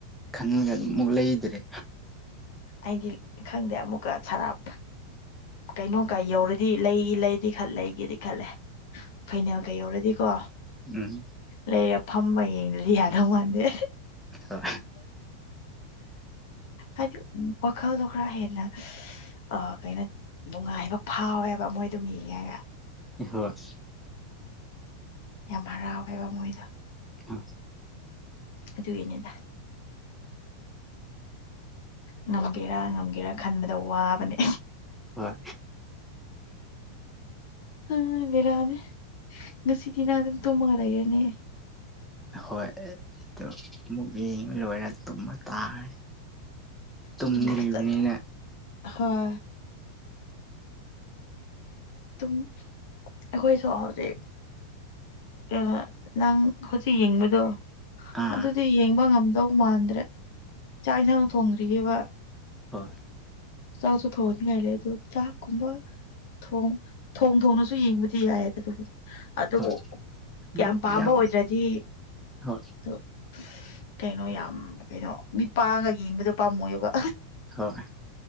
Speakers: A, in the centre; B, on the left.
A: ꯈꯟꯒ ꯑꯗꯨꯝꯃꯨꯛ ꯂꯩꯗ꯭ꯔꯦ
B: ꯑꯩꯗꯤ ꯈꯪꯗꯦ ꯑꯃꯨꯛꯀ ꯁꯔꯥꯞ ꯀꯩꯅꯣ ꯀꯥꯏ ꯌꯧꯔꯗꯤ ꯂꯩ ꯂꯩꯗꯤ ꯈꯜ ꯂꯩꯒꯦꯗꯤ ꯈꯜꯂꯦ ꯐꯥꯏꯅꯦꯜꯒ ꯌꯧꯔꯗꯤꯀꯣ
A: ꯎꯝ
B: ꯂꯩꯔ ꯐꯝꯃ ꯌꯦꯡꯗꯔ꯭ꯗꯤ ꯌꯥꯗꯧ ꯃꯥꯥꯟꯗꯦ
A: ꯍꯣꯏ
B: ꯍꯥꯏꯗꯤ ꯋꯥꯈꯜꯗꯣ ꯈꯔ ꯍꯦꯟꯅ ꯑ ꯀꯩꯅꯣ ꯅꯨꯡꯉꯥꯏꯕ ꯐꯥꯎꯋꯦꯕ ꯃꯣꯏꯗꯨꯝ ꯌꯦꯡꯉꯒ
A: ꯍꯣꯏ
B: ꯌꯥꯝ ꯍꯔꯥꯎꯔꯦꯕ ꯃꯣꯏꯗꯨ
A: ꯑ
B: ꯑꯗꯨꯗ ꯌꯦꯅꯤꯗ ꯉꯝꯒꯦꯔꯥ ꯉꯝꯒꯦꯔꯥ ꯈꯟꯕꯗ ꯋꯥꯕꯅꯦ
A: ꯍꯣꯏ
B: ꯎꯝ ꯑꯗꯔꯥꯗ ꯉꯁꯤꯗꯤꯅꯥ ꯑꯗꯨꯝ ꯇꯨꯝꯃꯒꯔꯒꯦꯅꯦ
A: ꯍꯣꯏ ꯑꯗꯨ ꯑꯃꯨꯛ ꯌꯦꯡꯉ ꯂꯣꯏꯔꯦ ꯑꯗꯨꯨꯝꯃ ꯇꯥꯈꯦ ꯇꯨꯝꯗ꯭ꯔꯤꯕꯅꯤꯅ
B: ꯑꯗꯨꯅꯦ ꯐꯖꯅ ꯍꯣꯏ ꯑꯗꯨꯝ ꯑꯩꯈꯣꯏꯁꯨ ꯍꯧꯔ ꯑ ꯅꯪ ꯍꯧꯖꯤꯛ ꯌꯦꯡꯕꯗꯣ
A: ꯑꯥ
B: ꯑꯗꯨꯗꯤ ꯌꯦꯡꯕ ꯉꯝꯗꯧ ꯃꯥꯟꯗ꯭ꯔꯦ ꯆꯥꯛꯅꯅ ꯊꯣꯡꯗ꯭ꯔꯤꯑꯕ
A: ꯍ
B: ꯆꯥꯛꯁꯨ ꯊ ꯍꯣꯅꯤꯦ ꯑꯗꯨ ꯆꯥꯛ ꯀꯨꯝꯕ ꯊꯣꯡ ꯊꯣꯡ ꯊꯣꯡꯅꯁꯨ ꯌꯦꯡꯕꯗꯤ ꯌꯥꯏꯌꯦꯗ ꯑꯗꯨꯕꯨꯗꯤ ꯑꯗꯨꯕꯨ
A: ꯍꯣꯏ ꯑꯗꯨ
B: ꯀꯌꯥꯝ ꯄꯥꯝꯕ
A: ꯌꯥꯝ
B: ꯑꯣꯏꯗ꯭ꯔꯗꯤ
A: ꯍꯣꯏ
B: ꯑꯗꯨ ꯀꯩꯅꯣ ꯌꯥꯝ ꯀꯩꯅꯣ ꯃꯤꯠ ꯄꯥꯡꯉꯒ ꯌꯦꯡꯕꯗꯣ ꯄꯥꯝꯃꯣꯏꯑꯕ
A: ꯍꯣꯏ